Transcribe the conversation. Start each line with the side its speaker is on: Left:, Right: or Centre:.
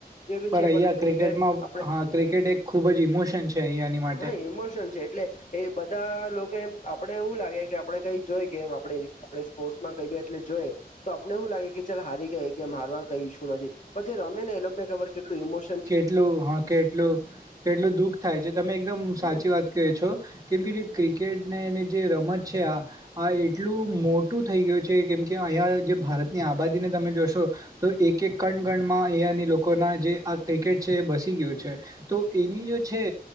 Left: જેવી છે
Right: અહીંયા
Left: પણ ક્રિકેટ
Right: ક્રિકેટમાં
Left: આપણે
Right: હા ક્રિકેટ એક ખૂબ જ ઇમોશન છે અહીંયાની માટે
Left: હા ઈમોશન છે એટલે એ બધા લોકોમ આપણે એવું લાગે કે આપડણે કઈ જોઈ ગમ આપણે આપણે સ્પોર્ટ્સમાં કઈ એટલે જોઈ. તો આપને એવું લાગે કે ચાલ હારી ગયા કેમ હારવા કઈ ઈ્ું નથી પણ જે રમે ને એ લોકોને ખબર કેટલું ઇમોશ
Right: કેટલું હા કેટલું કેટલું દુઃખ થાય છે તમે એકદમ
Left: હમ
Right: સાચી વાત કે છો કેમ કે જે ક્રિકેટને એને જે રમત છે આ આ એટલું મોટું થઈ ગયું છે કેમ કે અહીંયા જે ભારતની આબાદીને તમે જોશો તો એક એક કણ કણમાં અહિયાયાની લોકોના જે આ ક્રિકેટ છે બસી ગયયો છે તો એની જો છે